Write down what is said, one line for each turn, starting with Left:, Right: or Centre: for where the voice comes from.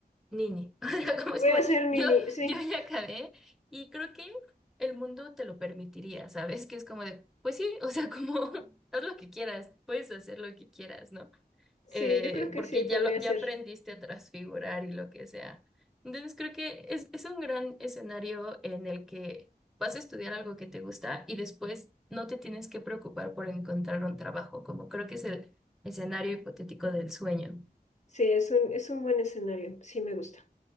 Centre: Nini. <laughs> O sea,
Left: <laughs>
Centre: como es
Left: Voy
Centre: como,
Left: a hacer nini,
Centre: yo,
Left: sí,
Centre: yo ya acabé y creo que el mundo te lo permitiría, ¿sabes? Que es como de, pues sí, o sea, como <laughs> haz lo que quieras, puedes hacer lo que quieras, ¿no?
Left: sí,
Centre: eh,
Left: yo creo que
Centre: porque
Left: sí
Centre: ya,
Left: podría
Centre: lo, ya
Left: ser.
Centre: aprendiste a transfigurar y lo que sea. Entonces creo que es, es un gran escenario en el que vas a estudiar algo que te gusta y después no te tienes que preocupar por encontrar un trabajo, como creo que es el escenario hipotético del sueño.
Left: Sí, es un, es un buen escenario, sí me gusta.